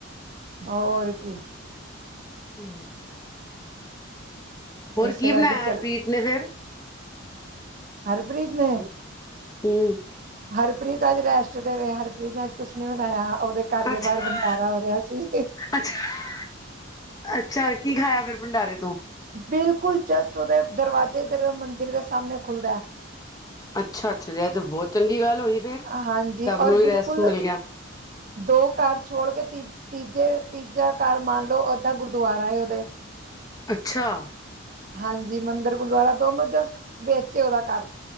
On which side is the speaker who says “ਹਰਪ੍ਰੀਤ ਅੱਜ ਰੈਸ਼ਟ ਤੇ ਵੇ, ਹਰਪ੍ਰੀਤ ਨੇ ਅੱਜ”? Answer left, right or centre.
Right